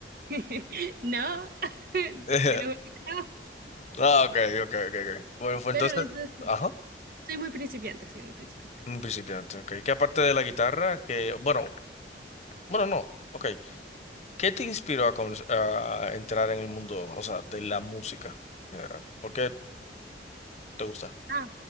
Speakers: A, on the right; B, on the left.
A: <laughs> No, <laughs>
B: <laughs>
A: te lo juro que no.
B: Ah, ok, ok, ok, ok. Bueno, fue
A: Pero
B: entonces,
A: entonces.
B: ajá.
A: Soy muy principiante, soy muy principiante.
B: Un principiante, ok. Que aparte de la guitarra, que, bueno, bueno, no, ok. ¿Qué te inspiró a, comen- a entrar en el mundo, o sea, de la música en general? ¿Por qué te gusta?
A: Ah,